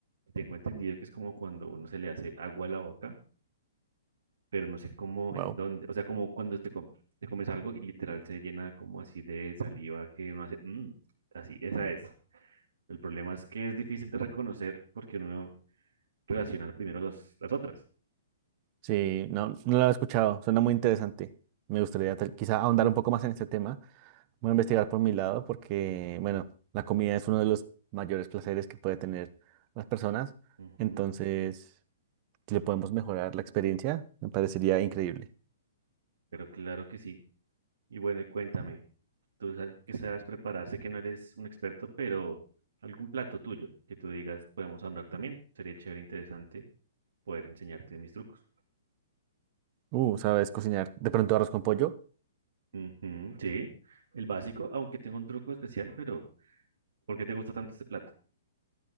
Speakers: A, on the right; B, on the right.
A: Tengo entendido que es como cuando uno se le hace agua a la boca, pero no sé cómo,
B: Wow,
A: en dónde. O sea, como cuando te, com- te comes algo y literal se llena como así de saliva que uno hace, "Mm", así, esa es. El problema es que es difícil de reconocer porque uno relaciona primero los, las otras.
B: Sí, no, no lo he escuchado, suena muy interesante. Me gustaría tal- quizá ahondar un poco más en este tema. Voy a investigar por mi lado porque, bueno, la comida es uno de los mayores placeres que puede tener las personas.
A: Ujú,
B: Entonces, si le podemos mejorar la experiencia, me parecería increíble.
A: pero claro que sí. Y bueno, y cuéntame, tú sabes que sabes prepararse, que no eres un experto, pero algún plato tuyo que tú digas podemos andar también. Sería chévere, interesante poder enseñarte mis trucos.
B: Uh, ¿sabes cocinar de pronto arroz con pollo?
A: Ujú, sí, el básico, aunque tengo un truco especial, pero ¿por qué te gusta tanto este plato?